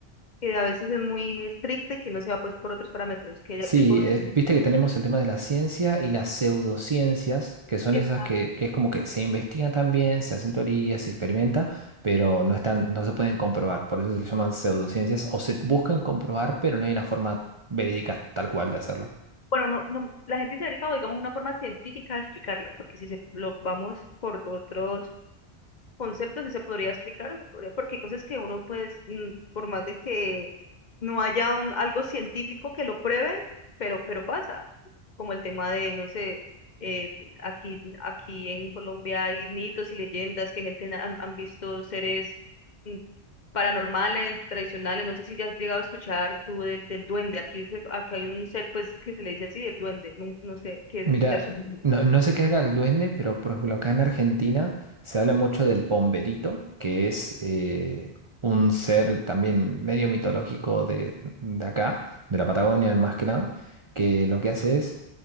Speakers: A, on the left; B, on the right.
A: que a veces es muy estricta y que no se va pues por otros parámetros, que ella-
B: Sí,
A: él conoce.
B: eh, viste que tenemos el tema de la ciencia y las pseudociencias, que son
A: esa-
B: esas que, que es como que se investigan también, se hacen teorías, se experimenta, pero no están, no se pueden comprobar. Por eso se le llaman pseudociencias o se buscan comprobar, pero no hay una forma verídica tal cual de hacerlo.
A: bueno, no, no, la gente se ha dedicado, digamos, una forma científica a explicarlo, porque si se, lo vamos por otros conceptos que se podría explicar, o se podría, porque hay cosas que uno, pues, mm, por más de que no haya un, algo científico que lo pruebe, pero, pero pasa, como el tema de, no sé, eh, aquí, aquí en Colombia hay mitos y leyendas que gente na- han, han visto seres mm, paranormales, tradicionales, no sé si ya has llegado a escuchar tú del, del duende, aquí, se- acá hay un ser, pues, que se le dice así, el duende, no, no sé, que,
B: Mira,
A: que asume.
B: no, no sé qué haga el duende, pero por ejemplo acá en Argentina se habla mucho del pomberito, que es eh, un ser también medio mitológico de, de acá, de la Patagonia más que nada, que lo que hace es